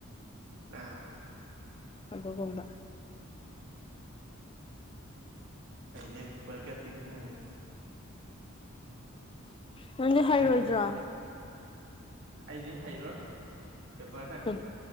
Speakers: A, on the right; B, on the left.
A: ꯑꯥ
B: ꯑꯗꯨꯒꯨꯝꯕ
A: ꯑꯅꯦ ꯄꯄꯔ ꯀꯦꯇ ꯌꯥꯅꯦꯦ
B: ꯅꯪꯦ ꯍꯥꯏꯩꯔꯣꯏꯗ꯭ꯔꯥ
A: ꯅꯣꯏ ꯑꯩꯗꯤ ꯍꯩꯔꯣꯏ ꯄꯦꯄꯔ ꯈ
B: ꯊꯝ